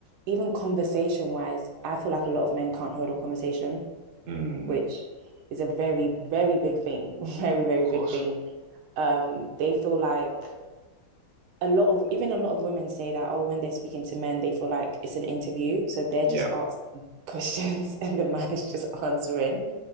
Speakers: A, on the right (about 85°); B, on the right (about 70°).
A: even conversation wise, I feel like a lot of men can't hold a conversation,
B: mm,
A: which
B: of
A: is a very, very big thing. <laughs> Very, very
B: course.
A: big thing. Um, they feel like a lot of even a lot of women say that, oh, when they're speaking to men, they feel like it's an interview. So they're just
B: Yeah.
A: asking <laughs> questions and the man is just answering.